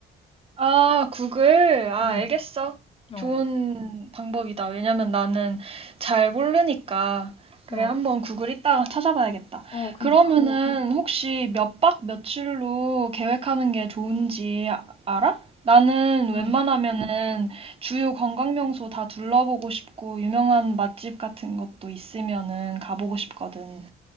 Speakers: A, on the right (about 30°); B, on the left (about 30°).
A: 아, 구글? 아,
B: 응,
A: 알겠어.
B: 어,
A: 좋은 방법이다. 왜냐면 나는 잘 모르니까. 그래,
B: 어,
A: 한번 구글 이따가 찾아봐야겠다. 응, 응.
B: 어, 그니까.
A: 그러면은 혹시 몇박 며칠로 계획하는 게 좋은지 아- 알아? 나는 웬만하면은
B: 응.
A: 주요 관광 명소 다 둘러보고 싶고 유명한 맛집 같은 것도 있으면은 가보고 싶거든.